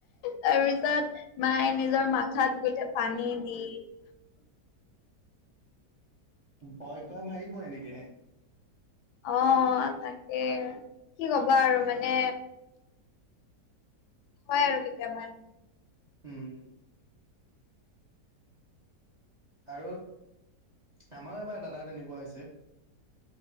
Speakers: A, on the left; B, on the right.
A: তাৰপিছত মায়ে নিজৰ মাথাত গোতে পানী দি।
B: ভয় খুৱাই মাৰিব এনেকে।
A: অ তাকে কি কবা আৰু মানে। হয় আৰু কেতিয়াবা।
B: উম উ। আৰু। আমাৰো এবাৰ দাদা তেনেকুৱা হৈছে।